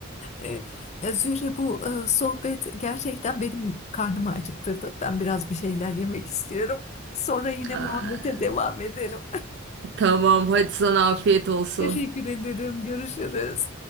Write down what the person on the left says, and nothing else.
Ee, e, Zühre bu e, sohbet gerçekten benim karnımı acıktırdı. Ben biraz bir şeyler yemek istiyorum. Sonra yine
muhabbete devam edelim.
<laughs>
Teşekkür ederim. Görüşürüz.